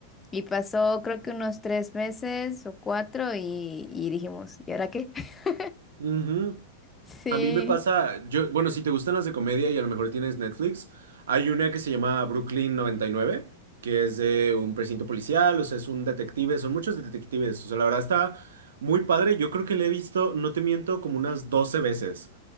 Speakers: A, on the left; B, on the right.
A: Y pasó creo que unos tres meses o cuatro y, y dijimos, ¿y ahora qué? <laughs>
B: Ujú.
A: Sí,
B: A mí me pasa, yo, bueno, si te gustan las de comedia y a lo mejor tienes Netflix, hay una que se llama Brooklyn 99, que es de un precinto policial, o sea, es un detective, son muchos detectives, o sea, la verdad está muy padre, yo creo que la he visto, no te miento, como unas 12 veces.